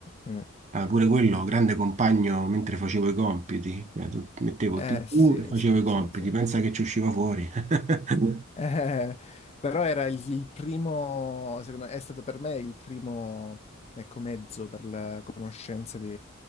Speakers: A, on the left; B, on the right.
A: Mm.
B: Ah, pure quello, grande compagno mentre facevo i compiti. Cioè, tu- mettevo
A: Eh
B: TV
A: sì,
B: e facevo
A: sì,
B: i
A: sì,
B: compiti,
A: sì.
B: pensa che ci usciva fuori. <laughs>
A: Eh, però era il, il primo, secondo me, è stato per me il primo, ecco, mezzo per la conoscenza di,